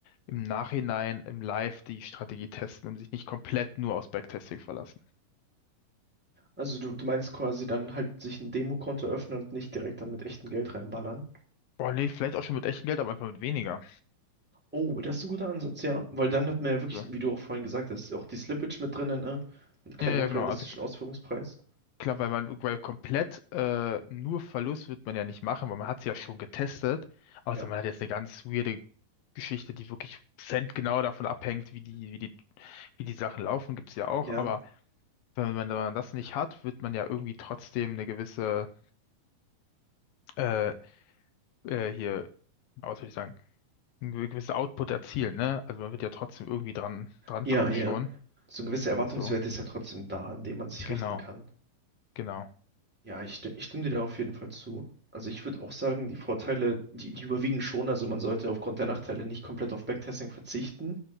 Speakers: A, on the left (about 80°); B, in the centre.
A: im Nachhinein, im Live die Strategie testen und sich nicht komplett nur aufs Backtesting verlassen.
B: Also du, du meinst quasi dann halt sich ein Demokonto öffnen und nicht direkt dann mit echtem Geld reinballern.
A: Boah, nee, vielleicht auch schon mit echtem Geld, aber einfach mit weniger.
B: Oh, das ist ein guter Ansatz, ja. Weil dann hat man ja wirklich,
A: So.
B: wie du auch vorhin gesagt hast, auch die Slippage mit drinnen, ne? Und Keinen
A: Ja, ja,
B: unrealistischen
A: genau. Also
B: Ausführungspreis.
A: klar, weil man weil komplett äh, nur Verlust wird man ja nicht machen, weil man hat es ja schon getestet. Außer
B: Ja.
A: man hat jetzt eine ganz weirde Geschichte, die wirklich centgenau davon abhängt, wie die, wie die, wie die Sachen laufen, gibt's ja auch.
B: Ja,
A: Aber wenn man, wenn man das nicht hat, wird man ja irgendwie trotzdem eine gewisse äh, äh, hier, ja, was soll ich sagen, einen gew- gewissen Output erzielen, ne? Also man wird ja trotzdem irgendwie dran dran
B: ja,
A: kommen
B: ja.
A: schon.
B: So ein gewisser Erwartungswert
A: So,
B: ist ja trotzdem da, an dem man sich
A: genau,
B: richten kann.
A: genau.
B: Ja, ich, sti- ich stimme dir da auf jeden Fall zu. Also ich würde auch sagen, die Vorteile, die, die überwiegen schon. Also man sollte aufgrund der Nachteile nicht komplett auf Backtesting verzichten,